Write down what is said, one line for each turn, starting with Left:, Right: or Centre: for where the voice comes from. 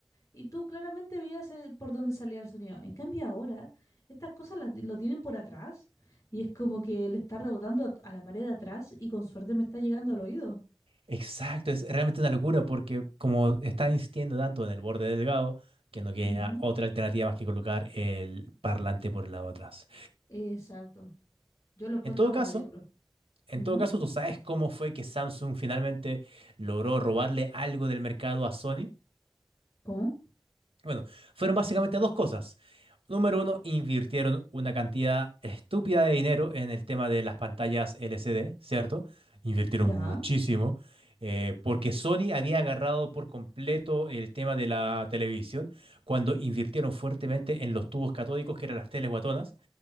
Left: y tú claramente veías eh, por dónde salía el sonido. En cambio ahora, estas cosas las- lo tienen por atrás y es como que le está rebotando a, a la pared de atrás y con suerte me está llegando al oído.
Right: Exacto, es realmente una locura porque como están insistiendo tanto en el borde delgado, que no queda
Left: Ujú,
Right: otra alternativa más que colocar el parlante por el lado de atrás.
Left: Exacto. Yo lo encuentro
Right: En todo caso,
Left: ridículo.
Right: en
Left: Ujú.
Right: todo caso, ¿tú sabes cómo fue que Samsung finalmente logró robarle algo del mercado a Sony?
Left: ¿Cómo?
Right: Bueno, fueron básicamente dos cosas. Número uno, invirtieron una cantidad estúpida de dinero en el tema de las pantallas LCD, ¿cierto? Invirtieron
Left: Ya,
Right: muchísimo, eh, porque Sony había agarrado por completo el tema de la televisión cuando invirtieron fuertemente en los tubos catódicos, que eran las teles guatonas,